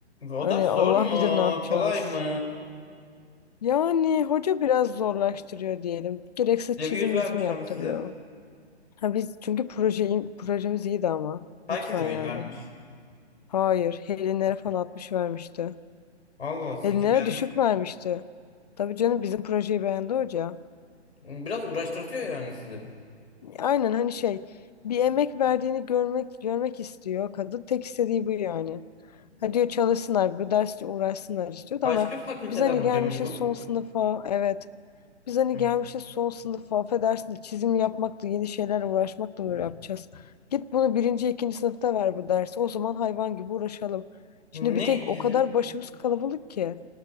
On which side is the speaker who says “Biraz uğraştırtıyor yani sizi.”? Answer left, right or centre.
Left